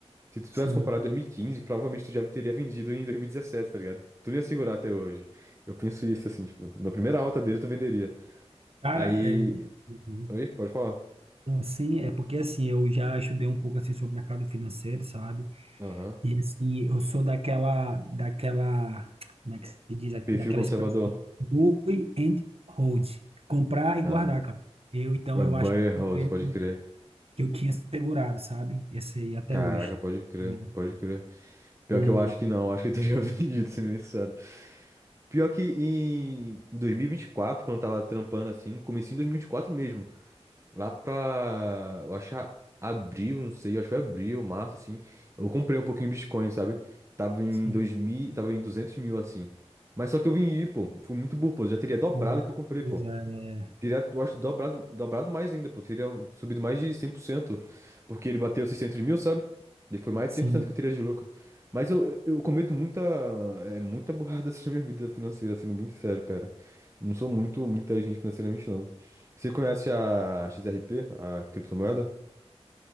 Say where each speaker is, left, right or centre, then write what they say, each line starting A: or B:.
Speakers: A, on the right (about 25°); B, on the right (about 60°).
A: Se tu tivesse
B: sim.
A: comprado em 2015, provavelmente tu já teria vendido em 2017, tá ligado? Tu não ia segurar até hoje. Eu penso isso, assim, tipo, na primeira alta dele tu venderia.
B: Cara,
A: Aí.
B: é. uhum.
A: Oi, pode falar.
B: Assim, é porque assim, eu já estudei um pouco assim sobre mercado financeiro, sabe?
A: Aham.
B: E assim, eu sou daquela, daquela, como é que se diz,
A: Perfil
B: daquela
A: conservador.
B: expressão, buy and hold, comprar e
A: Ah,
B: guardar, cara. Eu, então,
A: é
B: eu
A: buyer
B: acho que eu
A: hold,
B: creio
A: pode crer.
B: que eu tinha segurado, sabe? Esse aí até
A: Caraca,
B: hoje.
A: pode crer,
B: né?
A: pode crer. Pior
B: E,
A: que eu acho que não, eu acho que eu teria <laughs> vendido, sendo bem sincero. Pior que em 2024, quando eu tava trampando assim, no comecinho de 2024 mesmo, lá pra, eu acho que a- abril, não sei, eu acho que foi abril, março, assim, eu comprei um pouquinho de Bitcoin, sabe? Tava em
B: sim,
A: dois mil, tava em 200 mil, assim. Mas só que eu vendi, pô, fui muito burro, pô, já teria dobrado
B: ah,
A: o que eu comprei,
B: pois
A: pô.
B: é,
A: Teria, eu acho, dobrado, dobrado mais ainda, pô. Teria subido mais de cem por cento Porque ele bateu 600 mil, sabe? E foi mais
B: sim.
A: de 100% que eu teria de lucro. Mas eu, eu eu cometo muita, é, muita burrada <laughs> assim, na minha vida financeira, sendo bem sincero, cara. Não sou muito, muito inteligente financeiramente, não. Você conhece a XRP, a criptomoeda?